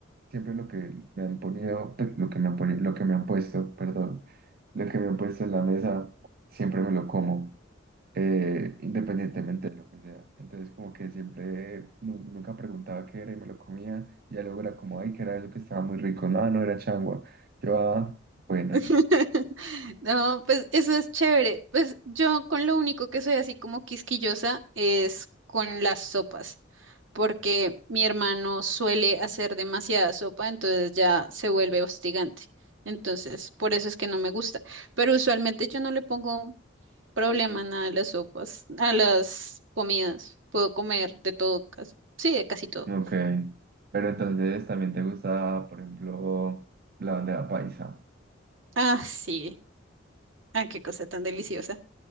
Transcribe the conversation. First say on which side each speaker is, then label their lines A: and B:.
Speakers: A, on the right; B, on the right.
A: siempre lo que me han ponido, pe- lo que me han poni- lo que me han puesto, perdón, lo que me han puesto en la mesa, siempre me lo como, eh, independientemente de lo que sea. Entonces como que siempre, nu- nunca preguntaba qué era y me lo comía, ya luego era como, ay, que era eso que estaba muy rico, no, no era changua. Yo, ah, bueno,
B: <laughs> No, pues eso es chévere. Pues yo con lo único que soy así como quisquillosa es con las sopas, porque mi hermano suele hacer demasiada sopa, entonces ya se vuelve hostigante. Entonces, por eso es que no me gusta. Pero usualmente yo no le pongo problema a nada a las sopas, a las comidas. Puedo comer de todo, cas- sí, de casi todo.
A: ok. Pero entonces también te gusta, por ejemplo, la bandeja paisa,
B: Ah, sí. Ah, qué cosa tan deliciosa.